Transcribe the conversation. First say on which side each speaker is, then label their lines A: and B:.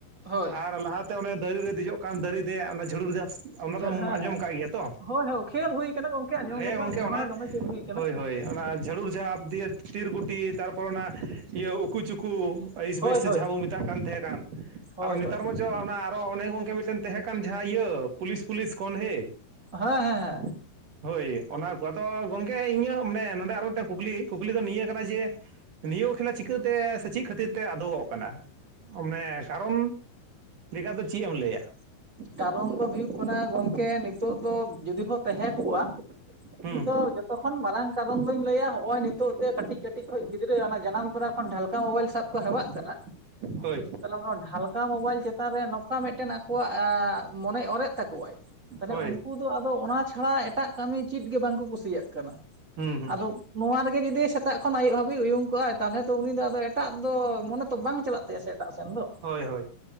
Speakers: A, on the right; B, on the right.
A: ᱦᱳᱭ
B: ᱟᱨ ᱞᱟᱦᱟᱛᱮ ᱚᱱᱮ ᱫᱟᱹᱨᱤ ᱨᱮ ᱫᱮᱡᱚᱜ ᱠᱟᱱ ᱫᱟᱹᱨᱤ ᱚᱱᱟ ᱡᱷᱩᱲᱩᱨ <unintelligible> ᱚᱱᱟ ᱫᱚᱢ
A: ᱡᱷᱟᱹ ᱦᱮᱸ
B: ᱟᱸᱡᱚᱢ
A: ᱦᱮᱸ
B: ᱟᱠᱟᱫ ᱜᱮᱭᱟ ᱛᱚ
A: ᱦᱳᱭ ᱦᱳᱭ ᱠᱷᱮᱞ ᱦᱩᱭ ᱠᱟᱱᱟ ᱜᱚᱝᱠᱮ ᱟᱸᱡᱚᱢ
B: ᱦᱮᱸ
A: ᱫᱚ
B: ᱜᱚᱝᱠᱮ
A: ᱵᱟᱝ ᱱᱮ
B: ᱚᱱᱟ
A: ᱦᱚᱲ ᱦᱚᱸ ᱫᱚᱢᱮ ᱠᱷᱮᱞ ᱦᱩᱭ ᱠᱟᱱᱟ
B: ᱦᱳᱭ ᱦᱳᱭ ᱚᱱᱟ ᱡᱷᱟᱲᱩᱨ ᱡᱷᱟᱯ ᱫᱤᱭᱮ ᱴᱤᱨ ᱜᱩᱴᱤ ᱛᱟᱨᱯᱚᱨ ᱚᱱᱟ ᱤᱭᱟᱹ ᱩᱠᱩ ᱪᱩᱠᱩ ᱟᱹᱭᱤᱥ
A: ᱦᱳᱭ
B: ᱵᱟᱹᱭᱮᱥ ᱥᱮ
A: ᱦᱳᱭ
B: ᱡᱟᱦᱟᱸ ᱵᱚᱱ ᱢᱮᱛᱟᱜ ᱠᱟᱱ ᱛᱟᱦᱮᱸ ᱠᱟᱱ
A: ᱦᱳᱭ
B: ᱟᱨᱚ ᱱᱮᱛᱟᱨ
A: ᱦᱳᱭ
B: ᱢᱟ ᱪᱚ ᱟᱱᱮ ᱟᱨᱚ ᱚᱱᱮ ᱜᱚᱝᱠᱮ ᱢᱤᱫᱴᱮᱱ ᱛᱟᱦᱮᱸ ᱠᱟᱱ ᱡᱟᱦᱟᱸ ᱤᱭᱟᱹ ᱯᱩᱞᱤᱥ ᱯᱩᱞᱤᱥ ᱠᱷᱚᱱᱦᱮ
A: ᱦᱮᱸ ᱦᱮᱸ ᱦᱮᱸ
B: ᱦᱳᱭ ᱚᱱᱟ ᱠᱚ ᱟᱫᱚ ᱜᱚᱢᱠᱮ ᱤᱧᱟᱹᱜ ᱢᱟᱱᱮ ᱱᱚᱸᱰᱮ ᱟᱨᱚ ᱢᱤᱫᱴᱮᱱ ᱠᱩᱠᱞᱤ ᱠᱩᱠᱞᱤ ᱫᱚ ᱱᱤᱭᱟᱹ ᱠᱟᱱᱟ ᱡᱮ ᱱᱤᱭᱟᱹ ᱠᱷᱮᱞᱟ ᱪᱤᱠᱟᱹᱛᱮ ᱥᱮ ᱪᱮᱫ ᱠᱷᱟᱹᱛᱤᱨ ᱛᱮ ᱟᱫᱚᱜᱚᱜ ᱠᱟᱱᱟ ᱢᱟᱱᱮ ᱠᱟᱨᱚᱱ ᱞᱮᱠᱟ ᱫᱚ ᱪᱮᱫ ᱮᱢ ᱞᱟᱹᱭᱟ
A: ᱠᱟᱨᱚᱱ ᱫᱚ ᱦᱩᱭᱩᱜ ᱠᱟᱱᱟ ᱜᱚᱝᱠᱮ ᱱᱤᱛᱚᱜ ᱫᱚ ᱡᱩᱫᱤ ᱦᱚ ᱛᱟᱦᱮ ᱠᱚᱜᱼᱟ
B: ᱦᱩᱸ
A: ᱤᱧ ᱫᱚ ᱡᱚᱼᱼ ᱡᱚᱠᱷᱚᱱ ᱠᱷᱚᱱ ᱢᱟᱨᱟᱝ ᱠᱟᱨᱚᱱ ᱫᱚᱧ ᱞᱟᱹᱭᱟ ᱱᱚᱜᱼᱚᱭ ᱱᱤᱛᱚᱜ ᱛᱮ ᱠᱟᱹᱴᱤᱡ ᱠᱟᱹᱴᱤᱡ ᱠᱷᱚᱡ ᱜᱤᱫᱽᱨᱟᱹ ᱚᱱᱟ ᱡᱟᱱᱟᱢ ᱛᱚᱨᱟ ᱠᱷᱚᱱ ᱰᱷᱟᱞᱼᱼᱼ ᱠᱟ ᱢᱳᱵᱟᱭᱤᱞ ᱥᱟᱵ ᱠᱚ ᱦᱮᱣᱟᱜ ᱠᱟᱱᱟ
B: ᱦᱳᱭ
A: ᱛᱟᱦᱚᱞᱮ ᱱᱚᱣᱟ ᱰᱷᱟᱞᱠᱟ ᱢᱳᱵᱟᱭᱤᱞ ᱪᱮᱛᱟᱱ ᱨᱮ ᱱᱚᱝᱠᱟ ᱢᱤᱫᱴᱮᱱ ᱟᱠᱚᱣᱟᱜ ᱟᱸ ᱢᱚᱱᱮ ᱚᱨᱮᱫ ᱛᱟᱠᱚᱣᱟᱭ ᱛᱟᱦᱞᱮ
B: ᱦᱳᱭ
A: ᱩᱱᱠᱩ ᱩᱱᱠᱩ ᱟᱫᱚ ᱚᱱᱟ ᱪᱷᱟᱲᱟ ᱮᱴᱟᱜ ᱠᱟᱹᱢᱤ ᱪᱮᱫ ᱜᱮ ᱵᱟᱝᱠᱚ ᱠᱩᱥᱤᱭᱟᱜ ᱠᱟᱱᱟ
B: ᱦᱩᱸ ᱦᱩᱸ
A: ᱟᱫᱚ ᱱᱚᱣᱟ ᱨᱮᱜᱮ ᱡᱩᱫᱤ ᱥᱮᱛᱟᱜ ᱠᱷᱚᱱ ᱟᱹᱭᱩᱵ ᱦᱟᱹᱵᱤᱡ ᱩᱭᱩᱝ ᱠᱚᱜᱼᱟᱭ ᱛᱟᱦᱚᱞᱮ ᱛᱚ ᱩᱱᱤ ᱫᱚ ᱟᱫᱚ ᱮᱴᱟᱜ ᱫᱚ ᱢᱚᱱᱮᱼᱼ ᱛᱚ ᱵᱟᱝ ᱪᱟᱞᱟᱜ ᱛᱟᱭᱟ ᱥᱮ ᱮᱴᱟᱜ ᱥᱮᱱ ᱫᱚ
B: ᱦᱳᱭ ᱦᱳᱭ